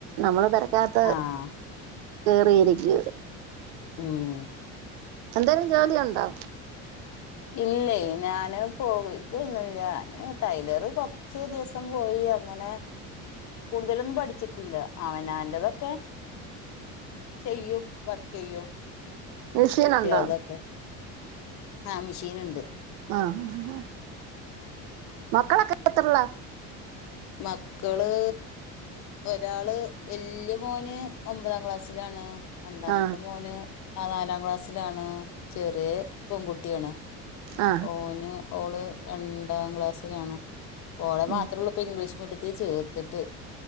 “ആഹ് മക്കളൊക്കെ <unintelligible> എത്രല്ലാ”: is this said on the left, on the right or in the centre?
Right